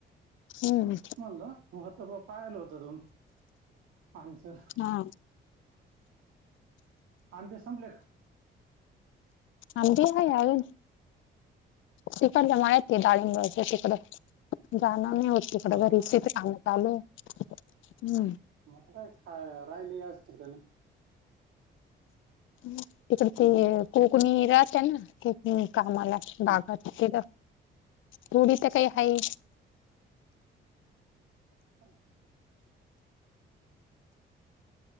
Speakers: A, on the left; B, on the right.
A: हम्म
B: तेच मलं म पायाला होत त आनसर.
A: हा
B: आंबे संपले का?
A: आंबे हाय अजून. तिकडच्या मळ्यात ये डाळिंबाच्या तिकडं झाड होती तिकड
B: हा
A: घरी
B: का
A: तर चांलं चालू हम्म.
B: मा ग आता काय खा रायले असते का नई?
A: तिकड
B: हं,
A: ते कोकणी राहत्या ना? क कामाला
B: हं.
A: बागाच्या तिधं पुडी ट काही हाय.
B: अच्छा अच्छा.